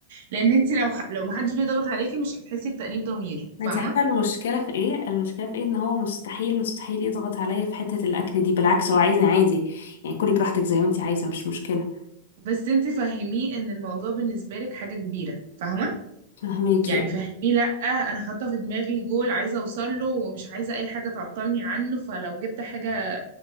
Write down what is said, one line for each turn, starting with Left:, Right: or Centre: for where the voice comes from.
Right: لان انت لو لو محدش بيضغط عليكي مش هتحسي بتأنيب ضمير فاهمه
Left: ما انت عارفه المشكله في ايه المشكله في ايه ان هو مستحيل مستحيل يضغط عليا في حته الاكل دي بالعكس هو عايزني عادي يعني كلي براحتك زي ما انت عايزه مش مشكله
Right: بس انت فهميه ان الموضوع بالنسبه لك حاجه كبيره فاهمه
Left: فهماكي
Right: يعني فهميه لا انا حاطه في دماغي جول عايزه اوصل له ومش عايزه اي حاجه تعطلني عنه فلو جبت حاجه